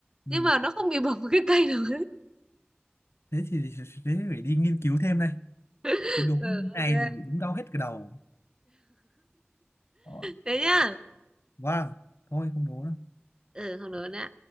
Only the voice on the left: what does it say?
ừ.
thế thì thế phải đi nghiên cứu thêm đây
cái đố
này
thì đúng đau hết cái đầu Đó.
wow thôi không đố đâu